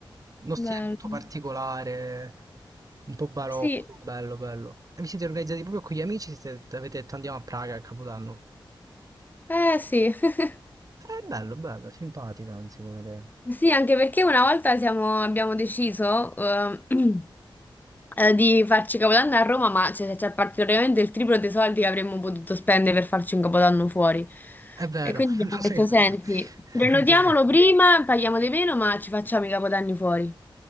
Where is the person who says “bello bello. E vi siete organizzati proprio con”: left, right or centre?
Right